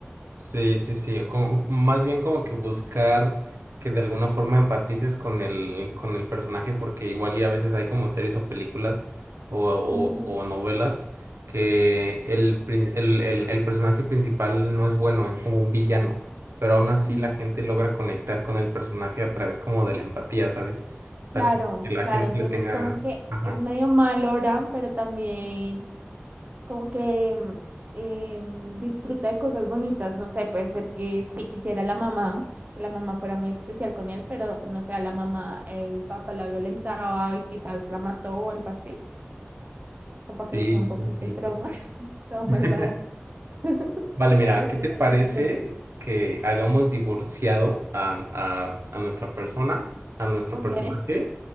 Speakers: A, on the right; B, on the right.
A: Sí, sí, sí, como- más bien como que buscar que de alguna forma empatices con el, con el personaje, porque igual y a veces hay como series o películas o, o,
B: Ujú,
A: o novelas que el, prin- el, el, el personaje principal no es bueno, es como un villano, pero aún así
B: ujú.
A: la gente logra conectar con el personaje a través como de la empatía, ¿sabes? O sea,
B: Claro,
A: como que la
B: claro,
A: gente
B: entonces
A: le tenga...
B: como que
A: Ajá,
B: es medio mal ahora, pero también... como que eh, disfruta de cosas bonitas, no sé, puede ser que si quisiera la mamá, que la mamá fuera muy especial con él, pero no sé, a la mamá, el papá la violentaba y quizás la mató o algo así, o para que
A: sí,
B: le quede un poquito
A: sí, sí,
B: el trauma,
A: total.
B: <laughs> toda malvada.
A: <laughs>
B: <laughs>
A: Vale, mira,
B: Como
A: ¿qué
B: que
A: te
B: le da
A: parece
B: un poquito de trauma.
A: que hagamos divorciado a, a, a nuestra persona, a nuestro
B: Ok,
A: personaje,